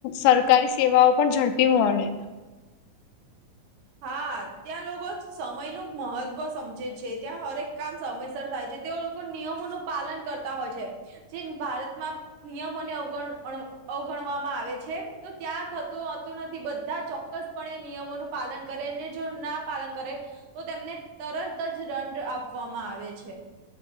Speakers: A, on the left; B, on the right.
A: સરકારી સેવાઓ પણ ઝડપી મળે.
B: હા ત્યાં લોકો સમય નું મહત્વ સમજે છે ત્યાં હરેક કામ સમયસર થાય છે તેઓ લોકો નિયમોનું પાલન કરતા હોય છે જે ભારતમાં નિયમોને અવગણ અવગણવામાં આવે છે તો ત્યાં થતું હોતું નથી બધા ચોક્કસપણે નિયમોનું પાલન કરેને જો ના પાલન કરે તો તેમને તરત જ દંડ આપવામાં આવે છે.